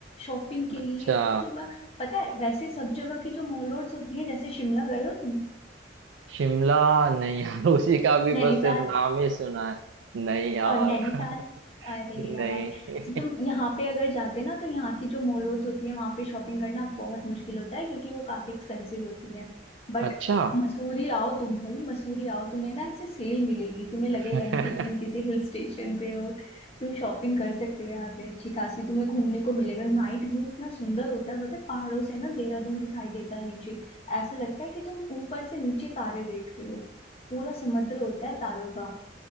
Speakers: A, on the left; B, on the right.
A: शॉपिंग
B: अच्छा
A: के लिए इतना पता है वैसे सब जगह की जो मॉल रोड्स होती है जैसे शिमला गए हो तुम
B: शिमला नहीं यार उसी का भी
A: नैनीताल
B: बस सिर्फ नाम ही सुना है नहीं यार
A: और नैनीताल
B: <laughs>
A: अरे
B: नहीं
A: यार तो तुम यहाँ पे अगर जाते ना तो यहाँ की जो मॉल रोड्स होती है वहां पे शॉपिंग करना बहुत मुश्किल होता है क्योंकि वो काफी एक्सपेंसिव होती है बट
B: अच्छा
A: मसूरी आओ तुम भाई मसूरी आओ तुम्हें ना ऐसे सेल मिलेगी तुम्हें लगेगा
B: <laughs>
A: नहीं कि तुम किसी हिल स्टेशन पे हो तुम शॉपिंग कर सकते हो यहाँ से अच्छी खासी तुम्हें घूमने को मिलेगा नाइट व्यू इतना सुंदर होता है पता है पहाड़ों से ना देहरादून दिखाई देता है नीचे ऐसा लगता है कि तुम ऊपर से नीचे तारे देख रहे हो पूरा समुद्र होता है तारों का